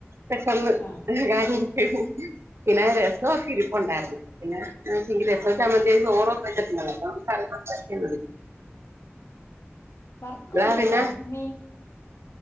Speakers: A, on the right; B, on the left.
A: പെട്ടെന്ന്
B: ആഹ്
A: കാര്യം ഒക്കെ പിന്നെ രസൊക്കെ ഇരിപ്പുണ്ടായിരുന്നു പിന്നെ ആഹ് രസോം ചമ്മന്തിം ചോറോക്കെ വെച്ചിട്ടുണ്ടാരുന്നു അപ്പം കറിണ്ടാക്കിയാൽ മതി
B: വറക്കൂലേപ്പൊ
A: ഇവിടെ പിന്നെ
B: മീൻ